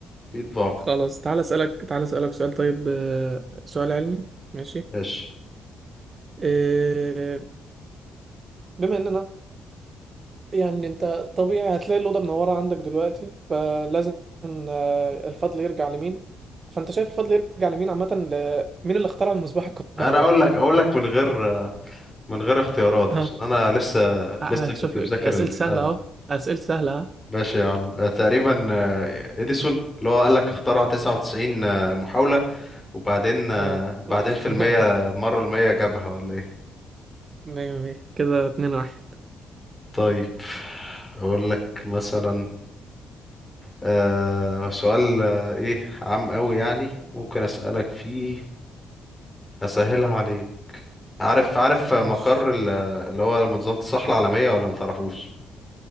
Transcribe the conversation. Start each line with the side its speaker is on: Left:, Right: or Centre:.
Left: في طباعة
Right: خلاص تعال اسالك تعال اسالك سؤال طيب آه، سؤال علمي ماشي
Left: ماشي
Right: إيه، بما اننا يعني انت طبيعي هتلاقي الاوضه منوره عندك دلوقتي فلازم آه، الفضل يرجع لمين فانت شايف الفضل يرجع لمين عامه ل- مين اللي اخترع المصباح الكهربائي
Left: انا اقول لك اقول لك من غير من غير اختيارات
Right: اهو
Left: عشان انا لسه
Right: ه-
Left: لسه
Right: هشوف
Left: كنت مذاكر
Right: اسئله
Left: البتاع
Right: سهله
Left: دي
Right: اهو اسئله سهله ها
Left: ماشي يا عم آه، تقريبا آه، اديسون اللي هو قال لك اخترع 99 آه، محاولة وبعدين آه،
Right: اه
Left: بعدين
Right: <laughs>
Left: في المية مرة المية جابها ولا ايه
Right: مية مية كده اتنين واحد
Left: طيب اقول لك مثلا آه، سؤال آه، ايه عام قوي يعني ممكن اسألك فيه اسهلها عليك عارف عارف
Right: ده
Left: مقر
Right: مش
Left: ال- اللي هو منظمة الصحة العالمية ولا متعرفوش